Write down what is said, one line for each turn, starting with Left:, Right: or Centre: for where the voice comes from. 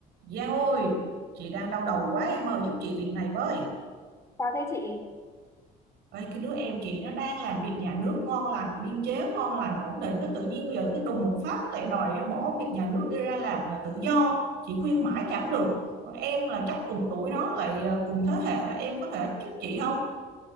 Right: Giang ơi, chị đang đau đầu quá em ơi, giúp chị việc này với.
Left: Sao thế chị?
Right: Ê, cái đứa em chị nó đang làm việc nhà nước ngon lành, biên chế ngon lành, ổn định. Nó tự nhiên bây giờ cái đùng một phát nó lại đòi bỏ việc nhà nước đi ra làm là tự do. Chị khuyên mãi chẳng được. Em là chắc cùng tuổi nó lại ờ, cùng thế hệ, em có thể giúp chị không?